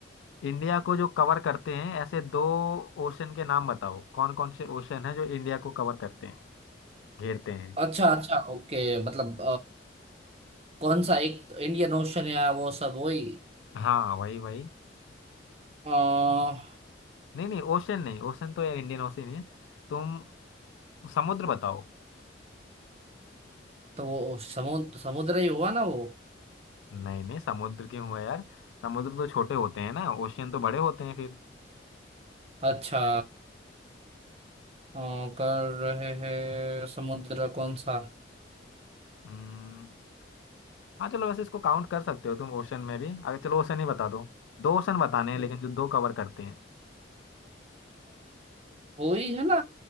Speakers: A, on the left; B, on the right.
A: इंडिया को जो कवर करते हैं ऐसे दो ओशन के नाम बताओ कौन कौन से ओशन है जो इंडिया को कवर करते हैं घेरते हैं
B: अच्छा अच्छा ओके मतलब कौन सा एक इंडियन ओशन या वो सब वही
A: हाँ वही वही
B: अ
A: नहीं नहीं ओशन नहीं ओशन तो यार इंडियन ओशन ही है तुम समुद्र बताओ
B: तो वो समुद्र समुद्र ही हुआ ना वो
A: नहीं नहीं समुद्र क्यों हुआ यार समुद्र तो छोटे होते हैं ना ओशियन तो बड़े होते हैं फिर
B: अच्छा अ, कर रहे हैं समुद्र कौन सा
A: हम्म हाँ चलो वैसे इसको काउंट कर सकते हो तुम ओशन में भी अगर चलो ओशन ही बता दो दो ओशन बताने हैं
B: पे-
A: लेकिन जो दो कवर करते हैं
B: वही है ना